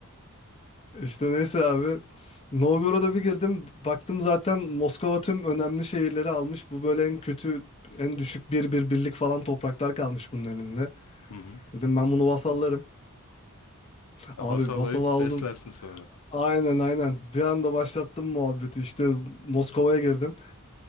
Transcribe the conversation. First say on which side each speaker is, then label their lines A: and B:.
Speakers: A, on the left; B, on the left.
A: İşte neyse abi. Novgorod'a bir girdim. Baktım zaten Moskova tüm önemli şehirleri almış. Bu böyle en kötü, en düşük bir bir birlik falan topraklar kalmış bunun elinde.
B: Hı hı.
A: Dedim ben bunu vasallarım.
B: Ha,
A: Abi
B: Vasallayıp
A: vasal aldım.
B: beslersin sonra.
A: Aynen aynen. Bir anda başlattım muhabbeti. İşte Moskova'ya girdim.